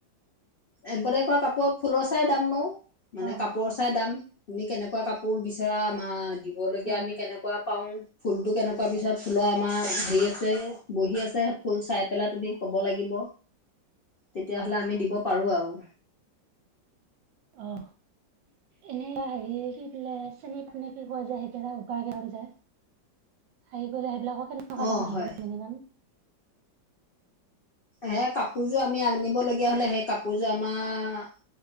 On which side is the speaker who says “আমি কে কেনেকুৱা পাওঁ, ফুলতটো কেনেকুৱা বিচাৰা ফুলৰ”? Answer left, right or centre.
Left